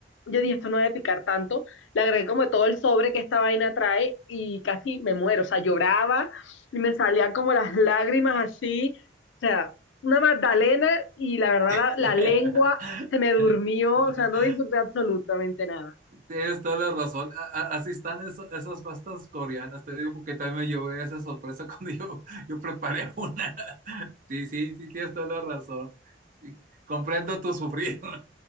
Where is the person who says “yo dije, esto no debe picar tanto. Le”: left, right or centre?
Left